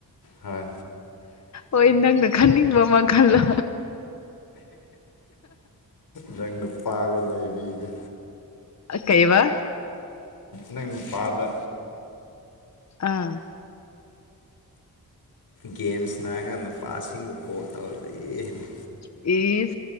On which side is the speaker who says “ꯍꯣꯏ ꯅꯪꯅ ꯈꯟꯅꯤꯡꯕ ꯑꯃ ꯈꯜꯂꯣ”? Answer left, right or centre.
Left